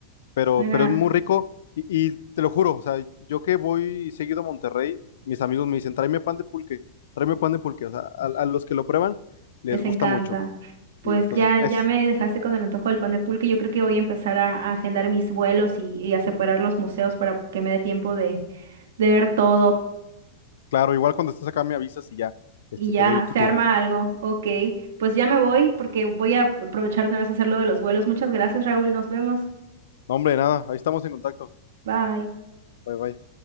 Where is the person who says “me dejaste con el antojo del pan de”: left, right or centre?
Right